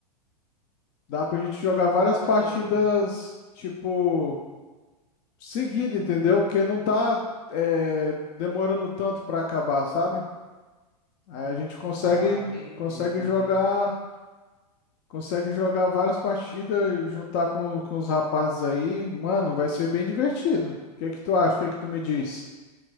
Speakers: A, on the left; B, on the left.
A: dá pra gente jogar várias
B: Várias partidas
A: partidas,
B: juntas.
A: tipo, seguida, entendeu? Porque não tá, é, demorando tanto pra acabar, sabe? Aí a gente consegue,
B: Ah, entendi.
A: consegue jogar Consegue jogar várias partidas, juntar com, com os rapazes aí. Mano, vai ser bem divertido. O que é que tu acha? O que é que tu me diz?